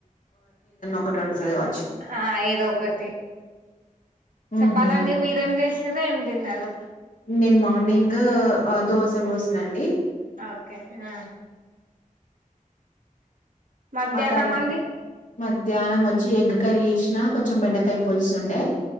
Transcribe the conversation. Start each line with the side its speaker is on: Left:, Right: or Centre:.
Left: ఒకటి వండుతది కావచ్చు
Right: ఆ ఏద ఒకటి
Left: ఊహూ.
Right: చెప్పాలండి మీరేం చేసి చిర ఎం దన్రు
Left: నేను మార్నింగ్ దోశ పోసన్నా అండి
Right: ఓకే ఆ మధ్యాహ్నం
Left: ఆ తర్వా
Right: మంది
Left: మధ్యాహ్నం వచ్చి ఎగ్ కర్రీ వేసిన కొంచెం బెండకాయ పులుసుండే